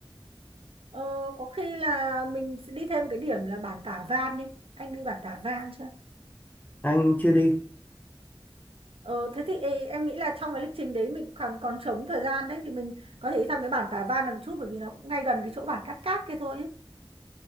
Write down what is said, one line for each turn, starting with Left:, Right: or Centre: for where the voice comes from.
Right: Ờ, có khi là mình sẽ đi thêm cái điểm là bản Tả Van đi. Anh đi bản Tả Van chưa?
Left: anh chưa đi
Right: Ờ, thế thì ê, em nghĩ là trong cái lịch trình đấy mình còn còn trống thời gian đấy thì mình có thể đi thăm cái bản Tả Văn là một chút bởi vì nó cũng ngay gần cái chỗ bản Cát Cát kia thôi ấy.